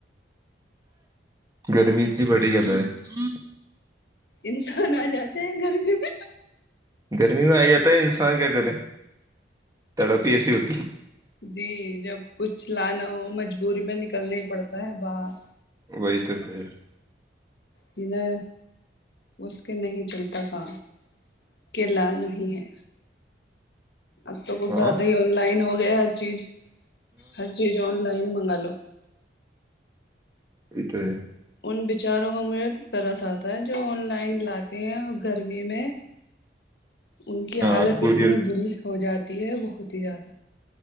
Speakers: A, on the right; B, on the left.
A: گرمی اتنی بڑی گ گھر جی <inaudible>
B: انسان آ جاتے ہیں گرمی میں
A: گرمی میں آئی ج انسان کیا کرے تڑاپی ایسی ہوتی <inaudible>
B: جی جب کچھ لانا ہو مجبوری میں نکلنا پڑتا ہے باہر
A: وہی تو ہے
B: بنا اس کے نہیں چلتا کام کے لا نہیں ہے اب تو کچھ
A: ہاں
B: زیاد ہی آن لائن ہو گئے <inaudible> چیز ہر چیز آن لائن منگا لو
A: ا تو <inaudible>
B: ان بچاروں کا مجرت تیرا ساتھ ہوتا ہے جو آن لائن لاتے ہیں گرمی میں ان کی
A: ہاں
B: حالت
A: کوریئر
B: اتنی بری ہو جاتی تی ہے بہت ہی زیادہ